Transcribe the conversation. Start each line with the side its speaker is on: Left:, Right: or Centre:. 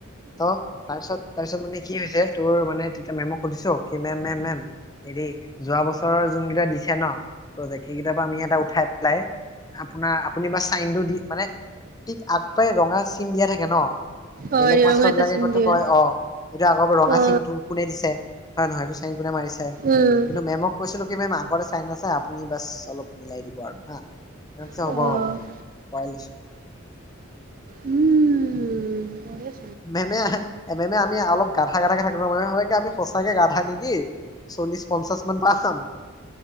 Left: ত তাৰপিছত তাই। তাৰপিছত মানে কি হৈছে শেখ দূৰৰ মানে তেতিয়া মেমক সুধিছো কি মেম মেম মেম হেৰি যোৱা বছৰৰ যোন কেইটা দিছে ন প্ৰজেক সেইকেইটাৰ পৰা আমি এটা উঠাই পেলাই আপোনাৰ আপুনি বা চাইনটো দি মানে ঠিক আগ ৰঙা চিন দিয়া থাকে ন
Right: অ
Left: বেলেগ মাষ্টৰ
Right: এটা
Left: বিলাকেতো
Right: চিন দিয়ে
Left: কয় অ এইটো আগৰ ৰঙা
Right: অ
Left: চিনটো কোনে দিছে। হয় নহয়টো চাইন। কোনে মাৰিছে কিন্তু
Right: উম
Left: মেমক কৈছিলো কি মেম আগতে চাইন আছে আ। শুনি বাছ অলপ মিলাই দিব আৰু হা। ত পিছে
Right: আৰু
Left: হ'ব হ'ব তেনেকে পোৱাই লৈছো?
Right: উম উম।
Left: মেমে আহা। মেমেলপ গাধা গাধা থাকিব মানে হয় আমি? সঁচাকে গাধা নেকি চল্লিশ পঞ্চাশ মান পাম